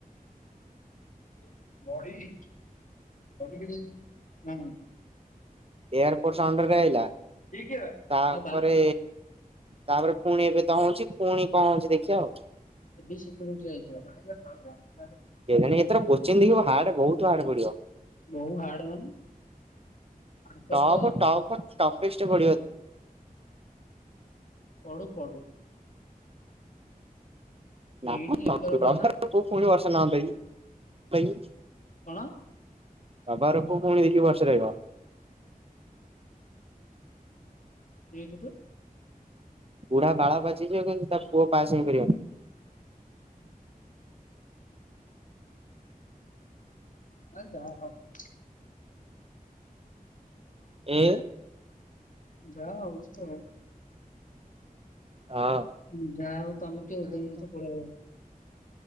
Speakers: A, on the left; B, on the right.
A: <inaudible> ମଢ଼ୀ <inaudible> ହୁଁ।
B: ଏୟାରପୋର୍ଟଅଣ୍ଡର ରେ ଆଇଲା
A: ହୁଁ।
B: ତାପରେ
A: ହଁ ବା
B: ତାପରେ ପୁଣି ଏବେ ତ ହଉଛି ପୁଣି କଣ ହଉଛି ଦେଖିବା ଆଉ
A: ବ ସେ କମିଟର
B: କେଜାଣି ଏଥର କସେନି ଦେଖି ହାଡ଼ ବୋଉତୁ ଭୋଉତୁ ହାଡ଼ ପଡିବ।
A: ବହୁଉ ହାର୍ଡ ମାନେ ଆଙ୍କର
B: ଟପ
A: ତ
B: ଟପ ଟପେଷ୍ଟ ପଡିବ।
A: ପଢୁ ପଢୁ
B: ନା
A: ନଟ ଲିକୋଡା
B: ପ୍ରଭାରକୁ
A: ନା
B: <unintelligible>
A: କଣ?
B: ବାବାରକୁ ପୁଣି ଦେଖି ବର୍ଷେ ରହିବ।
A: ଏଇ ଟୁ ଟୁ।
B: ବୁଢା ବାଳ ପାଚିଯିବ ହେଲେ ତା ପୁଅ ପାସ୍ ହେଇପାରିବନି।
A: ହେ ଯାହା ଯୋଉ।
B: ଏ।
A: ଯା ହଉଛି ହଉ।
B: ହଁ।
A: ହୁଁ ଯାହା ହଉ ତମେ ଟିକେ ଉଧ୍ୟଉନ ତ ପଳେଇଲ।